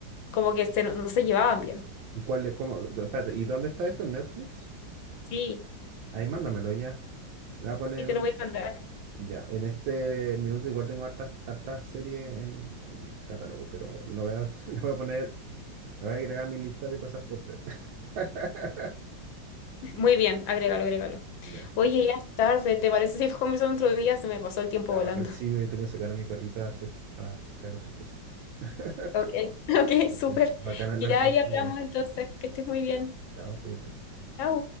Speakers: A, on the left; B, on the right.
A: como que se, no, no se llevaban bien.
B: ¿Y cuál de, cómo? Espérate, ¿y dónde está esto? ¿En Netflix?
A: Sí,
B: Ahí mándamelo ya. Le voy a poner
A: sí te
B: un
A: lo voy a mandar.
B: Ya, en este minuto igual tengo hartas, hartas series en, en mi catálogo, pero lo voy a, <laughs> le voy a poner, lo voy a agregar a mi lista de cosas por ver. <laughs>
A: <laughs> Muy bien, agrégalo, agrégalo.
B: Ya,
A: Oye, ya es tarde, ¿te parece si <laughs> conversamos otro día? Se me pasó el tiempo
B: ya
A: volando.
B: bacán. Sí, me tengo que sacar a mi perrita a hacer, a hacer que haga sus cositas. <laughs>
A: Ok, <laughs> ok,
B: Ya,
A: súper.
B: Bacán hablar
A: Ya
B: contigo.
A: ahí hablamos entonces, que estés muy bien.
B: Chao, cuídate.
A: Chao.